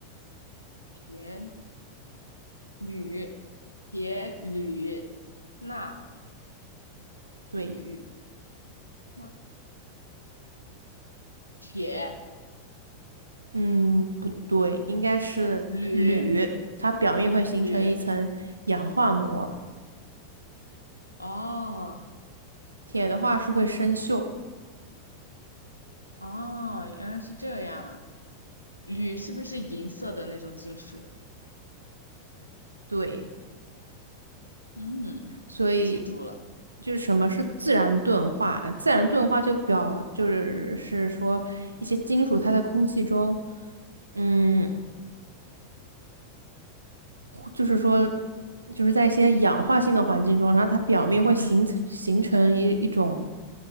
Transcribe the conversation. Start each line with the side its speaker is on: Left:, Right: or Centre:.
Left: 原铝、铁、铝、钠、
Right: 对，
Left: 铝、钠、铁、
Right: 嗯，不对，应该是铝，
Left: 铝、
Right: 它表面会形成一层氧化膜，
Left: 铝。哦
Right: 铁的话是会生锈，
Left: 哦，原来是这样。铝是不是银色的那种金属？
Right: 对。
Left: 嗯，
Right: 所以
Left: 记住了。
Right: 就是什么是自然钝化？自然钝化就表就是是说一些金属它在空气中，嗯，就是说，就是在一些氧化性的环境中，然后它表面会形成形成一一种
Left: 嗯，